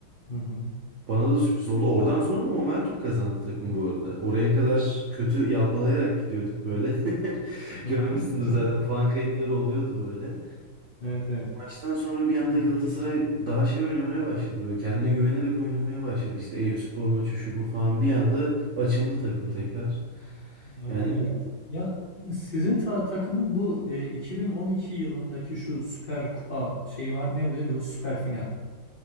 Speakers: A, on the left; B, on the right.
A: Hı hı.
B: bana da sürpriz oldu. Oradan sonra da momentum kazandı takım bu arada. Oraya kadar kötü yalpalayarak gidiyorduk böyle. <laughs>
A: Hı
B: Görmüşsündür
A: hı. <laughs>
B: zaten puan kayıpları oluyordu böyle.
A: Evet evet.
B: Maçtan sonra bir anda Galatasaray daha şey oynamaya başladı böyle. Kendine güvenerek oynamaya başladı. İşte Eyüpspor maçı şu bu falan bir anda açıldı takım tekrar.
A: Aynen
B: Yani
A: öyle. Ya sizin ta- takımın bu e, 2012 yılındaki şu Süper Kupa şeyi var. Ne bu diyor? Süper final.